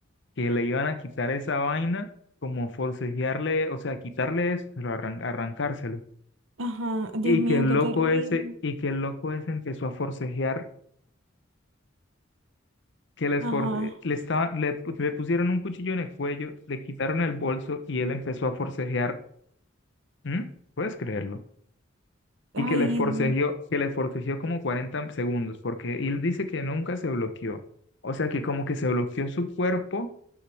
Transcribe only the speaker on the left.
que le iban a quitar esa vaina, como forcejearle, o sea, quitarle eso, pero arran- arrancárselo.
Y
que el
loco
ese, y que el loco ese empezó a forcejear que les
for- eh, le, estaba- le, pu- le pusieron un cuchillo en el cuello, le quitaron el bolso y él empezó a forcejear. ¿Mm? ¿Puedes creerlo?
Y que le forcejeó, que le forcejeó como 40 segundos, porque él dice que nunca se bloqueó. O sea que como que se bloqueó su cuerpo,